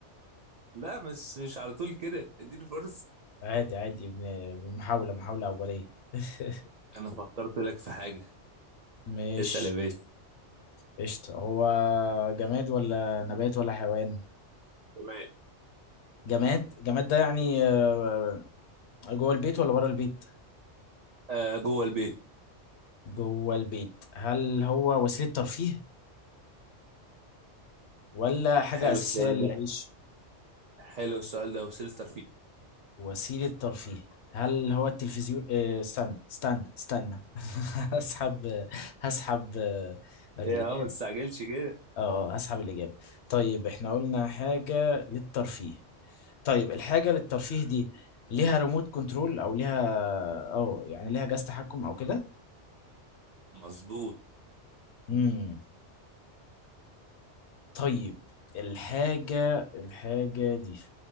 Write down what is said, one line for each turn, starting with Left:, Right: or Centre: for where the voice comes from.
Right: لا مش مش على طول كده اديني فرصة
Left: عادي عادي بن- محاولة محاولة أولية <laughs>
Right: انا فكرت لك في حاجه
Left: مش
Right: اسال يا باشا
Left: قشطة هو جماد ولا نبات ولا حيوان
Right: تمام
Left: جماد جماد ده يعني آه، جوه البيت ولا بره البيت
Right: آه جوه البيت
Left: جوه البيت هل هو وسيلة ترفيه ولا حاجة
Right: حلو
Left: أساسية
Right: السؤال
Left: للعيش
Right: ده حلو السؤال ده وسيلتر فيه
Left: وسيلة ترفيه هل هو التلفزيون آه، استنى استنى استنى <laughs> هسحب هسحب آه، الإجابة
Right: ايه يا عم ما تستعجلش كده
Left: اه هسحب الإجابة طيب احنا قلنا حاجة للترفيه طيب الحاجة للترفيه دي ليها ريموت كنترول او ليها اه يعني ليها جهاز تحكم او كده
Right: مظبوط
Left: امم طيب الحاجة الحاجة دي